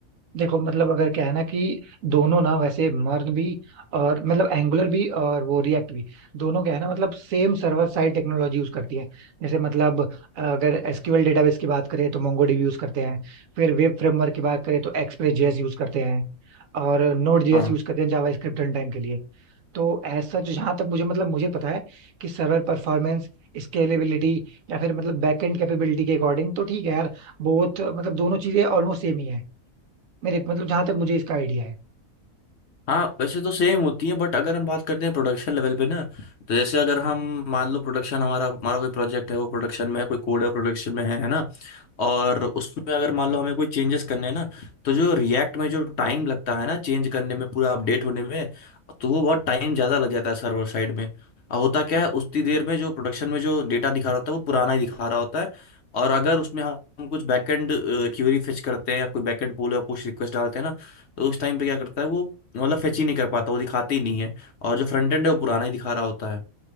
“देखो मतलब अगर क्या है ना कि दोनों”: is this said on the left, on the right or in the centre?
Right